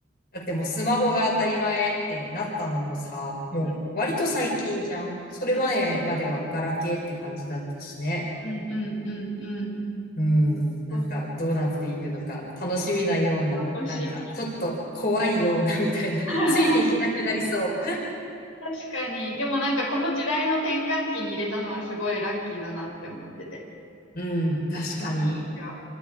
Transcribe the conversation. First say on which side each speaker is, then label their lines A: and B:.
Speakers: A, on the left; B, on the left.
A: だってもうスマホが当たり前ってなったのもさ、もう割と最近じゃん。
B: うん
A: それ前まではガラケーって感じだったしね。
B: うんうんうんうんうん。
A: うん、なんかどうなっていくのか、
B: そうそう。
A: 楽しみなような、
B: 楽しいね。
A: なんかちょっと怖いようなみたいな、
B: <laughs>
A: <laughs> ついていけなくなりそ
B: 確かに。でもなんかこの時代の転換期に入れたのはすごいラッキーだなって思ってて。
A: ううん、確かに。
B: いや